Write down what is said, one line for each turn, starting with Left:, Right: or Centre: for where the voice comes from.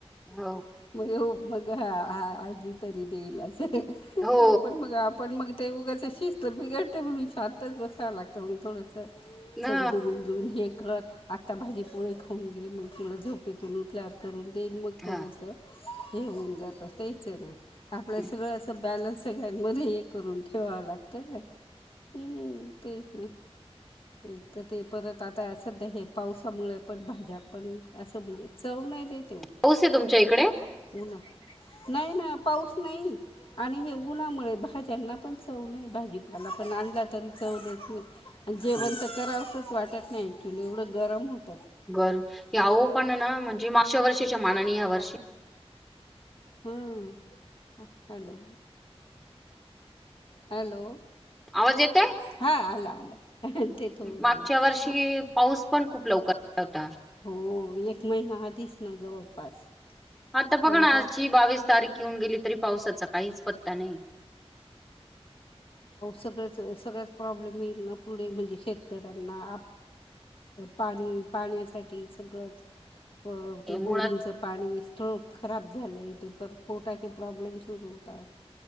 Centre: हो,
Left: म यो मग आ आजी तरी देईल अस आपण
Centre: हो
Left: मग, आपण मग. ते उगाच शिस्त बिघडते म्हणून शांतच बसावं लागतं मंग थोडंस
Centre: ना.
Left: समजून उमजून हे कर आत्ता भाजी पोळी खाऊन घे, मग तुला झोपेतून उठल्यावर करून ते म
Centre: हां,
Left: थोडस हे होऊन जात तेच हे ना आपल्या
Centre: हं.
Left: सगळ असं ब्यांल सगळ्यांमध्ये हे करून ठेवावं लागतं ना हम तेच ना एक त ते परत आता सध्या हे पावसामुळे पण भाज्या पण असं म्हणजे चव नाही देत.
Centre: पाऊस आहे तुमच्या इकडे?
Left: उन्हा नाही ना पाऊस नाही आणि हे उन्हामुळे भाज्यांना पण चव नाही भाजीपाला पण आणला तरी चव देत नाही. जेवण
Centre: हो,
Left: तर करावसंच वाटत नाही ऍक्च्युली एवढं गरम होत
Centre: गर याहो पण हं ना म्हणजे मागच्या वर्षीच्या मानाने या वर्षी
Left: ह हॅलो हॅलो!
Centre: आवाज येतोय?
Left: हां आला आला ते थोडं
Centre: मागच्या
Left: मग
Centre: वर्षी
Left: हां
Centre: पाऊस पण खूप लवकर आला होता.
Left: हो एक महिना आधीच ना जवळपास.
Centre: आता बघाना
Left: पहिला
Centre: आजची बावीस तारीख येऊन गेली तरी पावसाचा काहीच पत्ता नाही.
Left: सगच सगळाच प्रॉब्लेम येईल ना पुढे म्हणजे शेतकऱ्यांना पाणी पाण्यासाठी सगळंच
Centre: इ-
Left: ते बोरिंगच
Centre: मुळात
Left: पाणी खराब झाले ते प पोटाचे प्रॉब्लेम सुरू होतात.